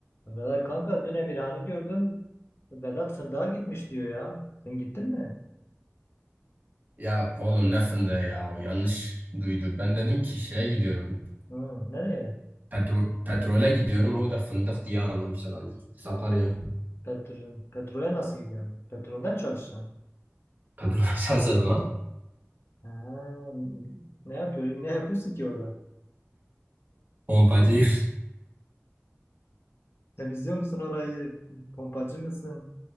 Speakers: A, on the left; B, on the right.
A: Vedat kanka dün Emirhan'ı gördüm. Vedat fındığa gitmiş diyor ya. Sen gittin mi?
B: Ya oğlum ne fındığı ya o yanlış duydu. Ben dedim ki şeye gidiyorum.
A: Hı, nereye?
B: Petro, petrole gidiyorum. O da fındık diye anlamış herhalde. Sakarya.
A: Petrol, petrole nasıl gidiyorsun? Petrolden mi çalışacaksın?
B: Petrol <laughs> açarsa lan.
A: Ha, ne yapıyor, ne yapıyorsun ki orada?
B: Pompacı.
A: Temizliyor musun orayı? Pompacı mısın?